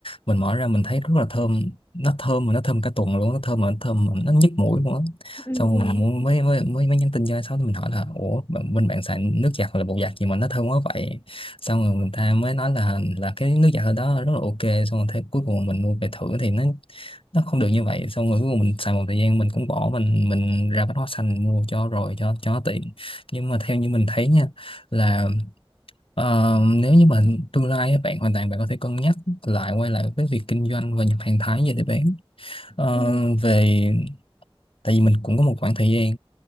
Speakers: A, on the left (about 70°); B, on the left (about 25°).
A: mình mở ra mình thấy rất là thơm nó thơm mà nó thơm cả tuần luôn nó thơm mà nó thơm mà nó nhức mũi luôn á
B: ừ
A: xong
B: ừ
A: rồi mình mua- mới mới mới mới nhắn tin cho ai shop thì mình hỏi là ủa bạn- bên bạn xài nước giặt hoặc là bột giặt gì mà nó thơm quá vậy xong rồi người ta mới nói là là cái nước giặt ở đó rất là ok xong rồi thế cuối cùng mình mua về thử thì nó nó không được như vậy xong rồi cuối cùng mình xài một thời gian mình cũng bỏ mình mình ra bách hóa xanh mình mua cho rồi cho cho nó tiện nhưng mà theo như mình thấy nha là ờ, nếu như mà tương lai á, bạn hoàn toàn bạn có thể cân nhắc lại quay lại với việc kinh doanh và nhập hàng Thái về để bán Ờ,
B: ừ
A: về tại vì mình cũng có một khoảng thời gian